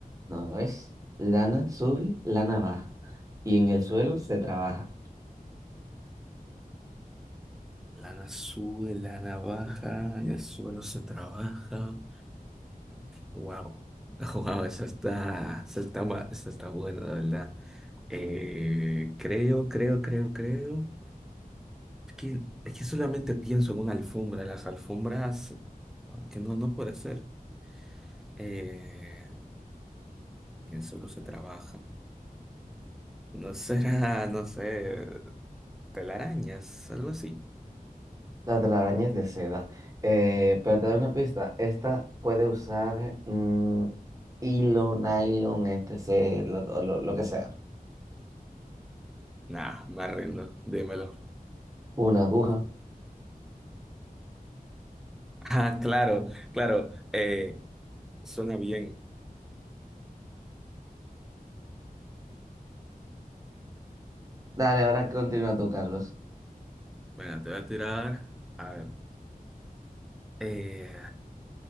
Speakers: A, on the right; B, in the centre.
A: no lo es. Lana sube, lana baja y en el suelo se trabaja.
B: Lana sube, lana baja, en el suelo se trabaja. Wow, wow, <laughs> esa está, esa está, ma- esa está buena, la verdad. Eh, creo, creo, creo, creo. Es que, es que solamente pienso en una alfombra, las alfombras, que no, no puede ser. Eh, ¿Quién solo se trabaja? No será, no sé, telarañas, algo así.
A: las de la araña de seda. Eh, pero te doy una pista. Esta puede usar mm, hilo, nylon, etc., lo, lo- lo que sea.
B: Nah, me arrendo, dímelo. <laughs>
A: Una aguja.
B: Ah, claro, claro, eh, suena bien.
A: Dale, ahora continúa tú, Carlos.
B: Venga, te voy a tirar. A ver. eh,